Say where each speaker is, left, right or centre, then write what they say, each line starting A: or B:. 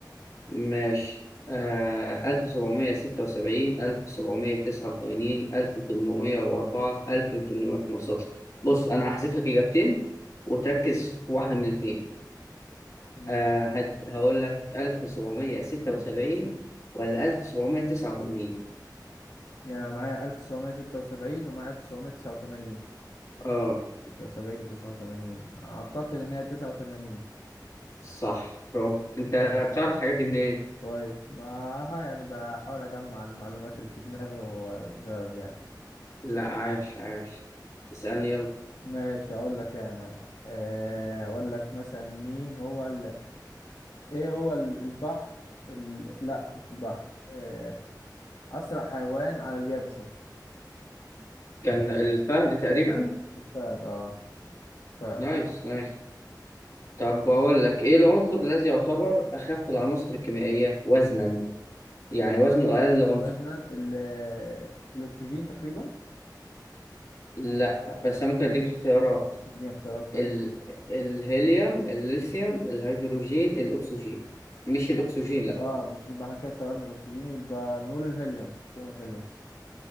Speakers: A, on the left; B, on the left.
A: ماشي آه، 1776 1789 1804 1815 بص أنا هحذف لك إجابتين وتركز في واحدة من الاتنين
B: ماشي
A: آه،
B: حذفت
A: هد- هقول لك 1776 ولا 1789
B: يعني انا معايا 1776 ومعايا 1789
A: آه
B: 76 و89 اعتقد ان هي 89
A: صح برافو أنت بتعرف الحاجات دي منين؟
B: كويس معاها يعني بحاول اجمع المعلومات اللي في دماغي واجاوب يعني
A: لا عاش عاش اسألني يلا
B: ماشي هقول لك انا آه، هقول لك مثلا مين هو ال... ايه هو ال- البحر ال... لا مش البحر آه، اسرع حيوان على اليابسة
A: كان الفهد تقريبا
B: الفهد اه فهد
A: نايس
B: صح.
A: نايس طب بقول لك ايه العنصر الذي يعتبر اخف العناصر الكيميائيه وزنا يعني وزنه اقل عنصر
B: وزنا ال... الاكسجين تقريبا
A: لا بس أنا ممكن اديك اختيارات
B: اديني اختيارات طيب
A: ال... الهيليوم الليثيوم الهيدروجين الاكسجين مش الاكسجين لا
B: اه مش يبقى احنا كده استبعدنا الاكسجين يبقى نقول الهيليوم تقريبا الهيليوم